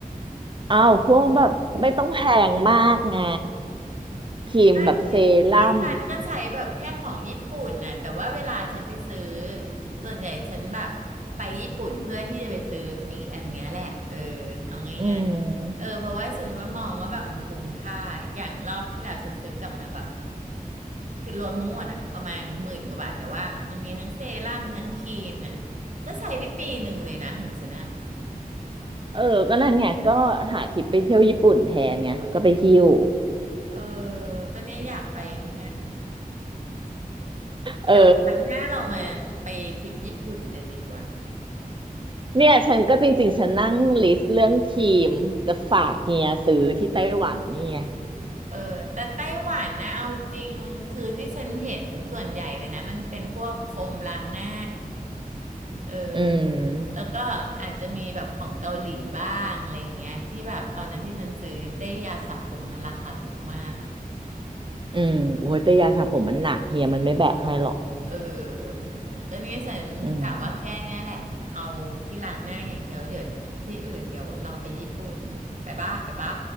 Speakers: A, on the right (about 35°); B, on the right (about 55°).
A: อ้าวพวกแบบไม่ต้องแพงมากไงครีมแบบเซรั่ม
B: ใช่ที่ที่ฉันก็ใช้แบบแค่ของญี่ปุ่นน่ะแต่ว่าเวลาฉันไปซื้อส่วนใหญ่ฉันแบบไปญี่ปุ่นเพื่อที่จะไปซื้อไอ้อันเนี้ยแหละเออเอาง่ายๆเออเพราะว่าฉันว่ามองว่าแบบมันคุ้มค่าอย่างรอบที่แล้วฉันซื้อกลับมาแบบ
A: อืม
B: คือรวมทั้งหมดอะประมาณหมื่นกว่าบาทแต่ว่ามันมีทั้งเซรั่มทั้งครีมอะก็ใช้ได้ปีหนึ่งเลยนะของฉันอะ
A: เออก็นั่นไงก็หาทริปไปเที่ยวญี่ปุ่นแทนไงก็ไปหิ้ว
B: เออก็เนี่ยอยากไปมาก
A: เออ
B: เดี๋ยวครั้งหน้าเรามาไปทริปญี่ปุ่นกันดีกว่า
A: เนี่ยฉันก็จริงๆฉันนั่งลิสต์เรื่องครีมจะฝากเฮียซื้อที่ไต้หวันนี่ไง
B: เออแต่ไต้หวันนะเอาจริงคือที่ฉันเห็นส่วนใหญ่เลยนะมันเป็นพวกโฟมล้างหน้าเออ
A: อืม
B: แล้วก็อาจจะมีแบบของเกาหลีบ้างอะไรอย่างเงี้ยที่แบบตอนนั้นที่ฉันซื้อได้ยาสระผมมาราคาถูกมากอ่ะ
A: อืมโอ้ยแต่ยาสระผมมันหนักเฮียมันไม่แบกให้หรอก
B: เออ ก็เนี่ยฉันกะว่าแค่เนี้ยแหละเอาที่ล้างหน้าอย่างเดียวเดี๋ยวที่อื่นเดี๋ยวรอไปญี่ปุ่นไปบ้าไปบ้า
A: อืม